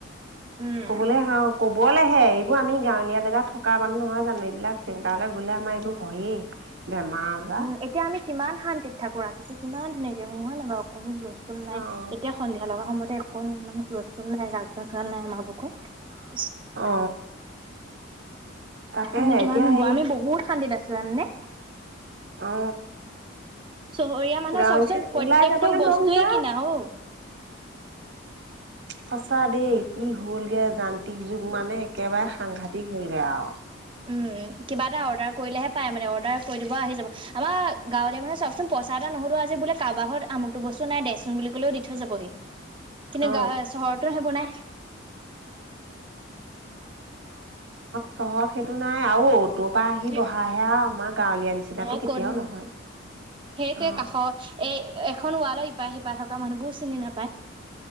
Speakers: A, on the right; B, on the right.
A: উম
B: ক'বলৈ হা ক'ব কবলেহে এইবোৰ আমি গাঁৱলীয়া জেগাত থকা মানুহ নহয় জানো এইবিলাক চিন্তা লৈ গ'লে আমাৰ এইবোৰ হয়েই <unintelligible> আজাৰ
A: উম এতিয়া আমি কিমান শান্তিত থাকো ৰাতিটো কিমান ধুনীয়াকে শুও হয় নাই বাও অকনো নাই
B: অ
A: এতিয়া সন্ধিয়া লগা সময়ত একোন মানো হুল স্থুল নাই ৰাজসজাচল নাই আমাৰ বুকত
B: অ তাকেহে
A: আমি কিমান
B: এতিয়া
A: শুনবোৱা
B: হেৰি
A: আমি বহুত শান্তিত আছো জাননে
B: অ
A: চহৰীয়া মানুহ
B: গাঁৱলীয়া
A: চাওকচোন প্ৰত্যেকতটো
B: ওলাই যাবলৈ
A: বস্তুয়েই
B: মন যায়
A: কিনা অ
B: সঁচা দেই কি হ'লগে যান্ত্ৰিক যুগ মানে একেবাৰে সাংঘাতিক হ'লগে আৰু
A: উম কিবা এটা অৰ্ডাৰ কৰিলেহে পায় মানে অৰ্ডাৰ কৰি দিব আহি যাব আমাৰ গাঁৱলীয়া মানে চাকচোন পইচা এটা নহ'লেও আজি বোলে কাবাৰ ঘৰৰ আমুকটো বস্তু নাই দেচোন বুলি ক'লেও দি থৈ যাবহি কিন্তু
B: অ
A: গা চহৰতো সেইবোৰ নাই
B: চহৰ সেইটো নাই আৰু তৰ পৰা আহি
A: সেই
B: বহাহে আৰু আমাক গাঁৱলীয়া নিচিনাটো
A: অ
B: কেতিয়াও
A: ক'তনো
B: নহয়
A: সেইটোৱে
B: অ
A: কাষ এ এখন ৱালৰ ইপাহ সিপা থাক <unintelligible> কা মানুহবোৰ চিনি নাপায়।